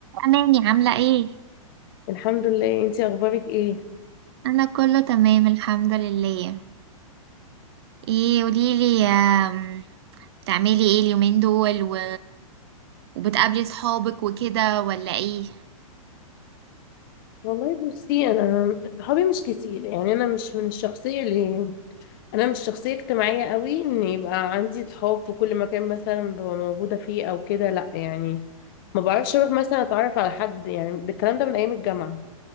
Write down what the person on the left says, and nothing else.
الحمد لله انتي اخبارك ايه
والله بصي انا صحابي مش كتير يعني انا مش من الشخصيه اللي انا مش شخصيه اجتماعيه قوي ان يبقى عندي صحاب في كل مكان مثلا ببقى موجوده فيه او كده لا يعني ما بعرفش اروح مثلا اتعرف على حد يعني ده الكلام ده من ايام الجامعه